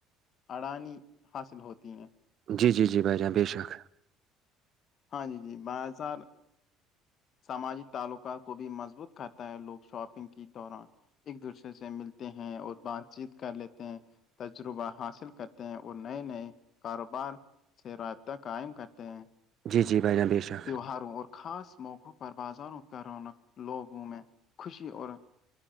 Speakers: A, on the left (about 50°); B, on the right (about 50°).
A: اڑانی حاصل ہوتی ہیں
B: جی جی جی بھائی جاناں بے شک
A: ہاں جی جی بازار سماجی تعلقات کو بھی مضبوط کرتا ہے لوگ شاپنگ کی دوران ایک دوسرے سے ملتے ہیں اور بات چیت کر لیتے ہیں تجربہ حاصل کرتے ہیں اور نئے نئے کاروبار س رواابطہ قئم کٹتے ہیں
B: جی جی بائی جان بھیش ہیں
A: تیواروں اور خاص موقعوں پر بازاروں کا رونق لوگوں میں خوشی اور